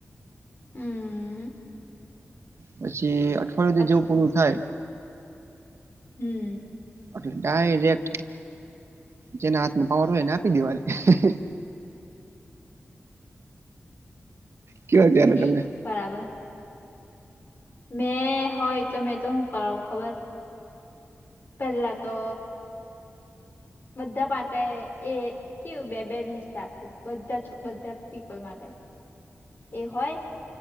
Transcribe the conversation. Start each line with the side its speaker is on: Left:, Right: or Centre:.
Left: હમ
Right: પછી અઠવાડિયુંથી
Left: પછી
Right: જેવું પૂરું થાય.
Left: હમ્મ.
Right: એટલે ડાયરેક્ટ જેના હાથમાં પાવર હોય એને આપી દેવાની. કેવા ત્યારે
Left: ઠીક
Right: તમને
Left: બરાબર. મેં હોય તો મેં તો હું કરાવું ખબર પેલા તો બધા માટે એ કેવું બે બે વીસ રાખું બધા બધા પીપલ માટે. એ હોય